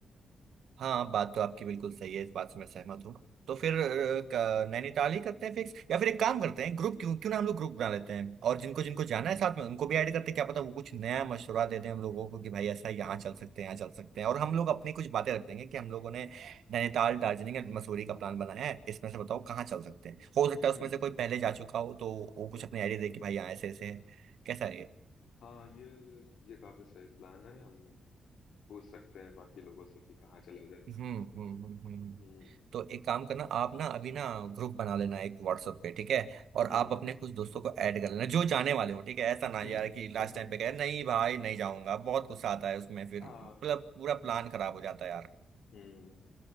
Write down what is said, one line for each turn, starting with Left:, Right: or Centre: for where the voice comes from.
Right: हाँ बात तो आपकी बिल्कुल सही है इस बात से मैं सहमत हूँ तो फिर अ, क- नैनीताल ही करते हैं फिक्स या फिर एक काम करते हैं ग्रुप क्यों क्यों ना हम लोग ग्रुप बना लेते हैं और जिनको जिनको जाना है साथ में उनको भी ऐड करते हैं क्या पता वो कुछ नया मशवरा दे दें हम लोगों को कि भाई ऐसा यहाँ चल सकते हैं यहाँ चल सकते हैं और हम लोग अपनी कुछ बातें रख देंगे कि हम लोगों ने नैनीताल दार्जिलिंग एंड मसूरी का प्लान बनाया है इसमें से बताओ कहाँ चल सकते हैं हो सकता है
Left: हम्म
Right: उसमें से कोई पहले जा चुका हो तो वो कुछ अपने आइडिया दे कि भाई यहाँ ऐसे ऐसे है कैसा है ये?
Left: हाँ ये ये काफी सही प्लान है हम पूछ सकते हैं बाकी लोगों से कि कहाँ चला जाए
Right: हम्म हम्म हम्म हम्म।
Left: हम्म
Right: तो एक काम करना आप ना अभी ना ग्रुप बना लेना एक व्हाट्सएप पे ठीक है और
Left: हम्म
Right: आप अपने कुछ दोस्तों को ऐड कर लेना जो जाने वाले हो ठीक है ऐसा ना
Left: हम्म
Right: यार कि
Left: <laughs>
Right: लास्ट टाइम पे कहे नहीं भाई नहीं जाऊंगा बहुत गुस्सा आता है उसमें फिर
Left: हाँ
Right: मतलब पूरा प्लान खराब हो जाता है यार
Left: हम्म